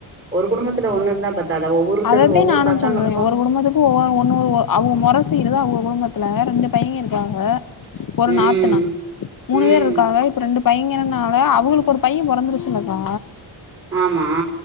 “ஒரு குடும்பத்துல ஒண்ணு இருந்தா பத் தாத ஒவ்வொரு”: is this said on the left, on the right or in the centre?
Right